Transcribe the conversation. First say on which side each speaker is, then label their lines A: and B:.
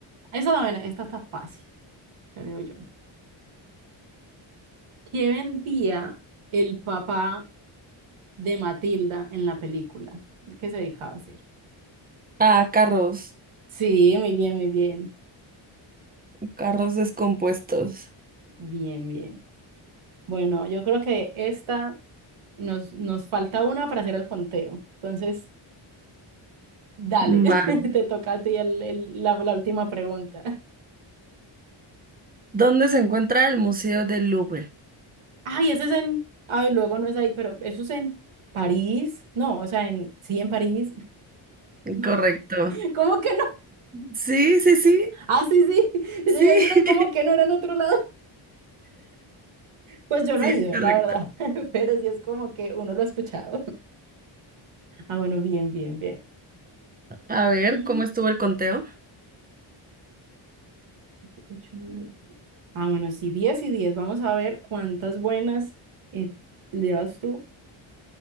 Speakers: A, on the right (about 80°); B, on the right (about 20°).
A: esa, bueno, esta está fácil, creo yo. ¿Qué vendía el papá de Matilda en la película? ¿El que se dedicaba a hacer?
B: Ah, carros,
A: Sí, muy bien, muy bien,
B: carros descompuestos.
A: bien, bien. Bueno, yo creo que esta nos, nos falta una para hacer el conteo. Entonces... Dale,
B: Vale.
A: <laughs> te toca a ti el, el- la, la última pregunta.
B: ¿Dónde se encuentra el Museo del Louvre?
A: Ay, ese es en... Ay, luego no es ahí, pero eso es en París. No, o sea, en... Sí, en París. <laughs> No.
B: Correcto.
A: ¿Cómo que no?
B: Sí, sí, sí,
A: Ah, sí, sí. <laughs> Yo
B: sí,
A: iba a decir, ay, ¿cómo
B: <laughs>
A: que no era en otro lado? <laughs> Pues yo
B: sí,
A: no he
B: es
A: ido, la
B: correcto.
A: verdad. <laughs> Pero sí es como que uno lo ha escuchado. <laughs> Ah, bueno, bien, bien, bien.
B: A ver,
A: Y
B: ¿cómo estuvo el conteo?
A: siete, ocho, nueve. Ah, bueno, sí, 10 y 10. Vamos a ver cuántas buenas eh, llevas tú.